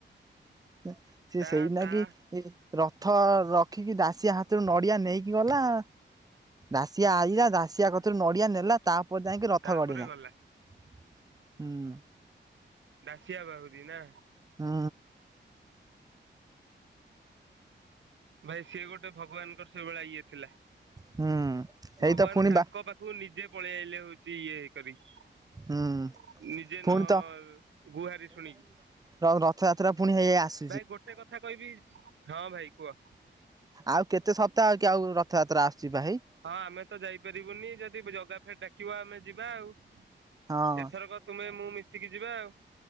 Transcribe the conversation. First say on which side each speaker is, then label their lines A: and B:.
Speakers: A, on the right; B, on the right.
A: ସିଏ-ସିଏ
B: ତା
A: ସେଇନାଗି
B: ତା
A: ସିଏ ରଥ ରଖିକି ଦାସିଆ ହାତରୁ ନଡିଆ ନେଇକି ଗଲା ଦାସିଆ ଆଇଲା, ଦାସିଆ କତୁରୁ ନଡିଆ ନେଲା, ତା ପରେ ଯାଇଁକି ରଥ
B: ତାପରେ
A: ଗଡ଼ିଲା,
B: ଗଲା
A: ହୁଁ।
B: ଦାସିଆ ବାଉରି ନା?
A: ହୁଁ।
B: ଭାଇ ସିଏ ଗୋଟେ ଭଗବାନଙ୍କର ସେଇଭଳିଆ ଇଏ ଥିଲା।
A: ହୁଁ। ସେଇ
B: ଭଗବାନ
A: ତ ପୁଣି
B: ତାଙ୍କ
A: ବା
B: ପାଖକୁ ନିଜେ ପଳେଇ ଆଇଲେ ହଉଛି ଛି ଇଏ କରିକି। ନିଜେ
A: ହୁଁ
B: ନ
A: ପୁଣି ତ
B: ଗୁହାରି ଶୁଣିକି।
A: ର ରଥଯାତ୍ରା ପୁଣି ହେଇ ହେଇ ଆସ
B: ଭାଇ ଗୋଟେ କଥା କହିବି ହଁ ଭାଇ କୁହ।
A: ଆଉ କେତେ ସପ୍ତାହ କି ଆଉ ରଥଯାତ୍ରା ଆସୁଛି ଭାଇ?
B: ହଁ ଆମେ ତ ଯାଇପାରିବୁନି ଯଦି ଜଗା ଫେ ଡାକିବା ଆମେ ଯିବା ଆଉ।
A: ହଁ
B: ଏଥରକ ତୁମେ ମୁଁ ମିଶିକି ଯିବା ଆଉ।